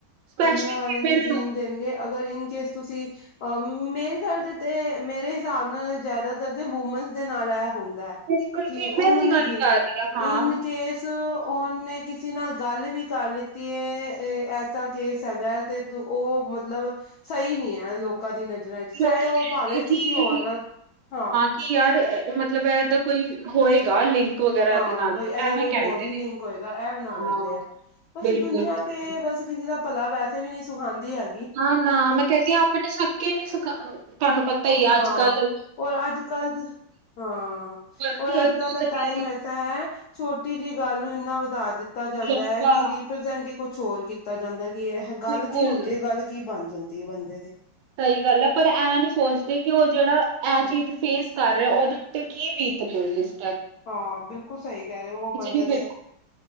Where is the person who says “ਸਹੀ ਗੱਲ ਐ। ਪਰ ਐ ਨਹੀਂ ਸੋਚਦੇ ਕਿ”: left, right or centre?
Right